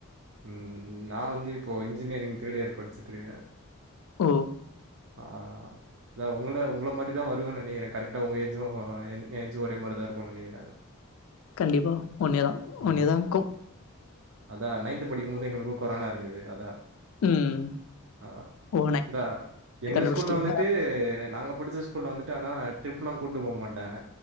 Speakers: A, on the right; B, on the left.
A: ம் நா வந்து இப்போ இன்ஜினியரிங் தேர்ட் இயர் படிச்சுட்ருக்கே
B: ஓ
A: ஆ அதான் உங்கள உங்கள மாரிதான் வருவன்னு நெனைக்கிற கரெக்ட்டா உங்க ஏஜ்ஜூ என் ஏஜு ஒரே மாரிதான் இருக்குனு நெனக்கிற
B: கண்டிப்பா ஒன்னைதான்
A: ஆ
B: ஒன்னைதான் கூ
A: அதா நைன்த் படிக்கும்போது எங்களுக்கு கொரோனா இருந்துது அதா
B: ம்.
A: ஆ
B: ஓ
A: இந்தா எங்க
B: கண்டுபிடிச்சிட்டீங்களா?
A: ஸ்கூல்ல வந்துட்டு நாங்க படிச்ச ஸ்கூல்ல வந்துட்டு ஆனா ட்ரிப்பல்லா கூட்டு போ மாட்டன்